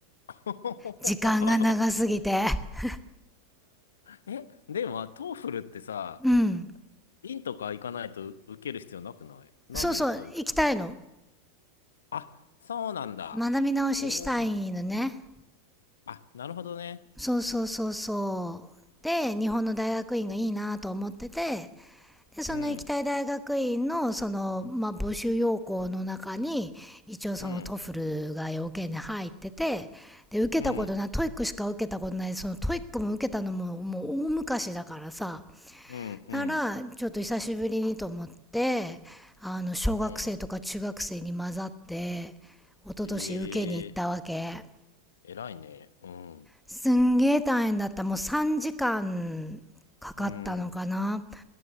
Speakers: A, on the left; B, in the centre.
A: <laughs>
B: 時間が長すぎて。<laughs>
A: え、でも、トーフルってさ、
B: うん。
A: 院とか行かないと受ける必要なくないなんでまた受けたの
B: そうそう、行きたいの。
A: あ、そうなんだ。
B: 学び直ししたいのね。
A: おお。あ、なるほどね。
B: そうそうそうそう。で、日本の大学院がいいなと思ってて、で、その行きたい大学院の、
A: うん、
B: その、まあ、募集要項の中に、一応そのトフルが要件で入ってて、
A: うん、
B: で、受けたことない、
A: うん、
B: トイックしか受けたことない、そのトイックも受けたのも、もう大昔だからさ、
A: うん、うん、
B: なら、ちょっと久しぶりにと思って、あの、小学生とか中学生に混ざって、
A: うん。
B: 一昨年受けに行ったわけ。
A: ええー、偉いね。うん、
B: すんげー大変だった。もう3時間かんかかったのかな。
A: うん、